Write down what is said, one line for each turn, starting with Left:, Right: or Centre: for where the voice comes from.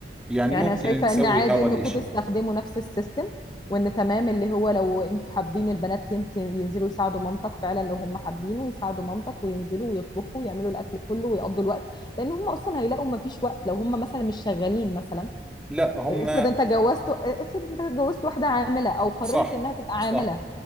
Centre: يعني
Left: يعني
Centre: ممكن
Left: أنا شايفة
Centre: نسوي
Left: إن عادي
Centre: هذا
Left: إنكم
Centre: الاشي
Left: تستخدموا نفس السيستم وإن تمام اللي هو لو أنتوا حابين البنات ين- ينزلوا يساعدوا مامتك فعلا لو هم حابينه يساعدوا مامتك وينزلوا ويطبخوا ويعملوا الأكل كله ويقضوا الوقت لأن هم أصلا هيلاقوا مفيش وقت لو هم مثلا مش شغالين مثلا
Centre: لا هم
Left: افرض انت جوزت افرض انت جوزت واحده عامله او قررت
Centre: صح
Left: انها تبقى عامله
Centre: صح